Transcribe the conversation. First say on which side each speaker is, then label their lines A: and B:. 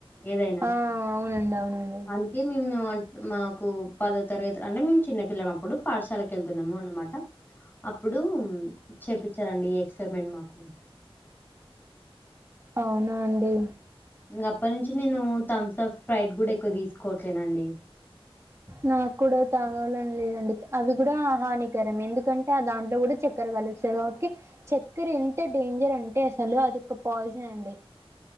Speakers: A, on the left; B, on the right.
A: ఏదైనా
B: ఆ అవునండి అవునండి
A: అందుకే మేము అంటే మాకు పదో తరగతి అంటే మేము చిన్నపిల్ల అప్పుడు పాఠశాలకు వెళ్తున్నాము అన్నమాట అప్పుడు చేపించారండి ఈ ఎక్స్పెరిమెంట్ మాకు
B: అవునా అండి
A: ఇంకప్పటి నుంచి నేను థమ్స్ ఆఫ్ స్ప్రైట్ కూడా ఎక్కువ తీసుకోవట్లేనండి
B: నాకు కూడా తాగాలని లేదండి అవి కూడా హానికరం ఎందుకంటే ఆ దాంట్లో కూడా చక్కరగా ఓకే చక్కెర ఎంత డేంజర్ అంటే అసలు అదొ ఒక పాయిజన్ అండి